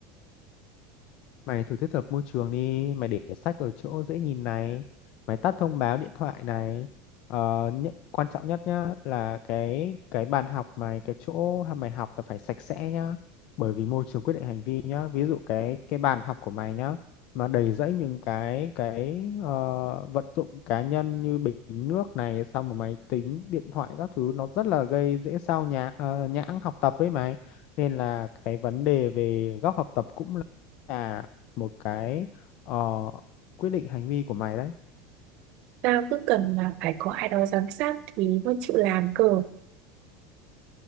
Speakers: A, on the left (about 50°); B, on the right (about 50°).
A: Mày thử thiết lập môi trường đi, mày để sách ở chỗ dễ nhìn này, mày tắt thông báo điện thoại này. Ờ, nhất, quan trọng nhất nhá là cái cái bàn học mày, cái chỗ ha- mày học là phải sạch sẽ nhá. Bởi vì môi trường quyết định hành vi nhá. Ví dụ cái cái bàn học của mày nhá mà đầy rẫy những cái cái ờ, vật dụng cá nhân như bình nước này, xong một máy tính, điện thoại các thứ nó rất là gây dễ sao nhãng ờ, nhãng học tập với mày. Nên là cái vấn đề về góc học tập cũng là một cái ờ, quyết định hành vi của mày đấy.
B: tao cứ cần là phải có ai đó giám sát thì mới chịu làm cơ